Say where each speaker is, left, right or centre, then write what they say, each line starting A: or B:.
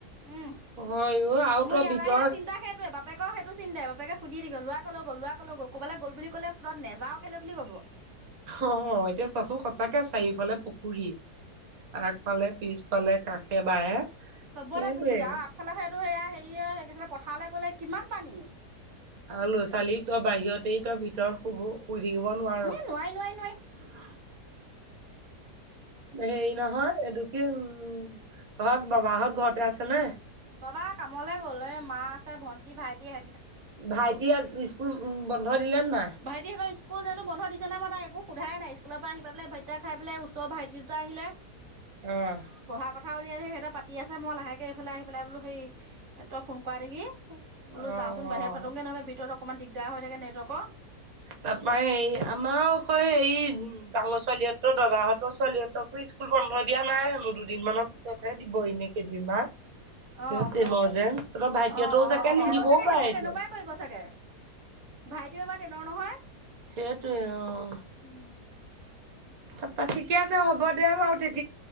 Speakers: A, on the right (about 45°); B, on the right (about 60°).
A: উম
B: হয় অ আৰু
A: মোৰ
B: তই
A: ইয়াল
B: ভিতৰত
A: আহিৰে চিন্তা সেইটয়ে বাপেকও সেইটো চিন্তাই বাপেকে সুধি থি লোৱা কলে গ'ল লোৱা ক'লে গ' ক'বাল গল বুলি কলে তত নাও কেলে বুলি ক'ব।
B: অ এতিয়া চাচো সঁচাকে চাৰিওফালে পুখুৰী, আগফালে পিছফালে কাষে বাহে
A: চবৰে
B: সেইটোৱে।
A: পুখুৰী আৰু আগফালাখেইটো সেয়াই, হেৰিয় সছিলে পথাৰলৈ গ'লে কিমান পানী।
B: আৰু ল'ৰা ছোৱালী তই বাহিৰতে তই ভিতৰত শুবো পু থাকিব নোৱাৰ
A: ই
B: অ'
A: নোৱাৰি নোৱাৰি নোৱাৰি
B: হেৰি নহয় এইটো কি উম ঘৰত বাবা ঘৰত ঘৰতে আছে নে?
A: বাবা কামলৈ গ'ল এ মা আছে ভণ্টি ভাইটি স
B: ভাইটি স্কুল উ বন্ধ দিলে নে নাই?
A: ভাইটি সহঁত স্কুল জানো বন্ধ দি। ননে মই তাক একো সোধাই স্কুলৰ পৰা আহিেলাই ভাইটা খাইেলাই ওচৰ ভাইি দুটা আহিলে।
B: আহ!
A: পঢ়া কথা উলিয়াই আহে সিহঁতে পাতি আছে মই লাহেকৈ এইফালাই আহি পেলাই বোলো সেই তই ফোন কৰা দেগি বোলোাচোন
B: অ',
A: বাহিৰত
B: অ'।
A: পাতোগৈ নহলে ভিতৰত অকনমান দিগদাৰ হৈ থাকে নেটৱৰ্কৰ
B: তাৰ পৰাৰা হ আমাৰ হেৰি ডাঙৰ ছোৱালীহতৰ দাদাহঁতৰ ছোৱালীহঁতকো। স্কুল বন্ধ দিয়া নাই হেনো দুদিনমানানৰ পিছতহে দিব এনেই কেইদিনমান, সিহঁত
A: আহ
B: তেলৰ যেন তহঁতৰ ভাইটিহঁতৰো
A: আহ
B: চাগে
A: আহ
B: নিদিবও
A: এহেঁতৰ চাগে
B: পাৰে
A: সেইটোোৱে
B: এতিয়া।
A: তেনেকুৱাই কৰিব চাগে। ভাইটিউ এবাৰ তেনৰ নহয়,
B: চেইটোৱে অ'
A: উম!
B: তাৰপা ঠিকে আছে হ'ব দে বাৰু তেতিয়া,